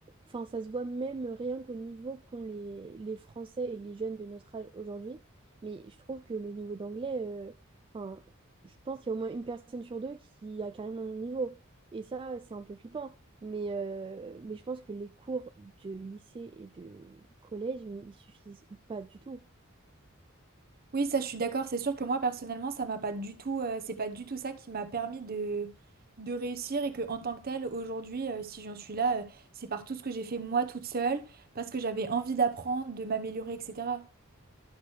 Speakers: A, on the right; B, on the right.
A: Enfin, ça se voit même rien qu'au niveau qu'ont les, les Français et les jeunes de notre âge aujourd'hui. Mais je trouve que le niveau d'anglais, euh, enfin, je pense qu'il y a au moins une personne sur deux qui a carrément mon niveau. Et ça, c'est un peu flippant. Mais, euh, mais je pense que les cours de lycée et de collège, mais ils suffisent pas du tout.
B: Oui, ça, je suis d'accord. C'est sûr que moi, personnellement, ça m'a pas du tout, euh, c'est pas du tout ça qui m'a permis de, de réussir et que, en tant que telle, aujourd'hui, euh, si j'en suis là, euh, c'est par tout ce que j'ai fait moi toute seule, parce que j'avais envie d'apprendre, de m'améliorer, etc.